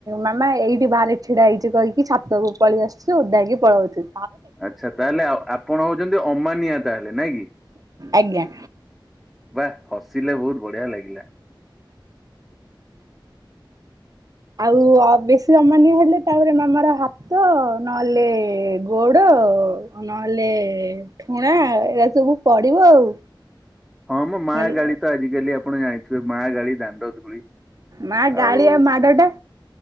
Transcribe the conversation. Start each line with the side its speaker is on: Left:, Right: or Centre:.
Right: ମାମା ଏଇଠି ବାହାରେ ଛିଡା ହେଇଛି କହିକି। ଛାତକୁ ପଳେଇ ଆସୁଛି ଓଧା ହେକି ପଳଉଛୁ।
Centre: ଆଚ୍ଛା ତାହେଲେ ଆ ଆପଣ ହଉଛନ୍ତି ଅମାନିଆ ତାହେଲେ ନାଇଁ କିି।
Right: ଆଜ୍ଞା
Centre: ବା ହସିଲେ ବହୁତ ବଢିଆ ଲାଗିଲା।
Right: ଆଉ ବେଶୀ ଅମାନୀୟ ହେଲେ ତାପରେ ମାମାର ହାତ ନହେଲେ ଗୋଡ। ନହେଲେ ଠୁଣା ଏଟା ସବୁ ପଡିବ ଆଉ।
Centre: ହଁ ମୋ ମା
Right: ନହେଲେ
Centre: ଗାଳି ତ ଆଜିକାଲି ଆପଣ ଜାଣିଥିବେ ମା ଗାଳି ଦାଣ୍ଡ ଧୂଳି।
Right: ମା
Centre: ଆଉ
Right: ଗାଳିଆଉ ମାଡ ଟା।